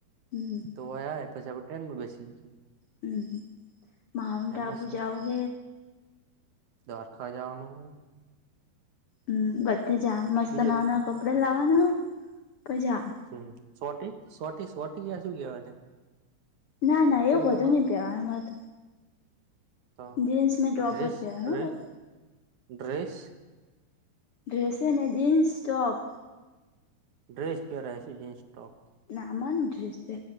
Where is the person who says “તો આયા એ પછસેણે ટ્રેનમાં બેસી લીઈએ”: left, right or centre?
Right